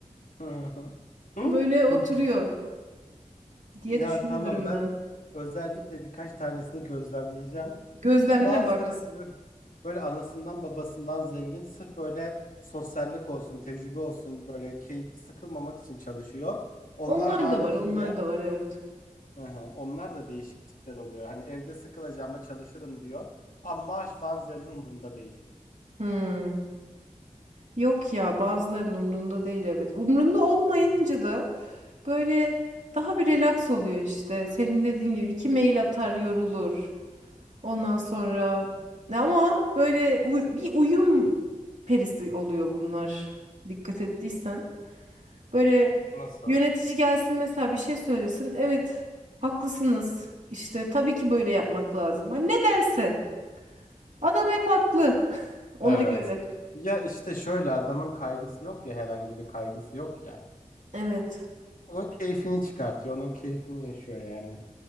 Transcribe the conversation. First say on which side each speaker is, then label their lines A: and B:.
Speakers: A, on the left; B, on the right.
A: Hı hı. Hı
B: Böyle oturuyor
A: hı.
B: diye
A: Ya
B: düşünüyorum
A: tamam ben
B: ben.
A: özellikle birkaç tanesini gözlemleyeceğim.
B: Gözlemle
A: Bir de bazıları
B: bak.
A: sı- böyle, böyle anasından babasından zengin sırf böyle sosyallik olsun, tecrübe olsun böyle keyif sıkılmamak için çalışıyor. Onlar
B: Onlar
A: haricinde
B: da var, onlar da var evet.
A: Hı hı. Onlar da değişik tipler oluyor. Hani evde sıkılacağıma çalışırım diyor. Ama maaş falan zerre umurunda değil.
B: Hmm. Yok ya bazılarının umrunda değil evet. Umrunda olmayınca
A: Hı hı.
B: da böyle daha bir relax oluyor işte. Senin dediğin gibi iki mail atar yorulur. Ondan sonra ama böyle uy- bir uyum perisi oluyor bunlar. Dikkat ettiysen. Böyle
A: Nasıl?
B: yönetici gelsin mesela bir şey söylesin. Evet, haklısınız. İşte tabii ki böyle yapmak lazım. Hani ne derse. Adam hep haklı <laughs> ona
A: Evet.
B: göre.
A: Ya işte şöyle adamın kaygısı yok ya herhangi bir kaygısı yok ya.
B: Evet,
A: Onun keyfini çıkartıyor. Onun keyfini yaşıyor yani.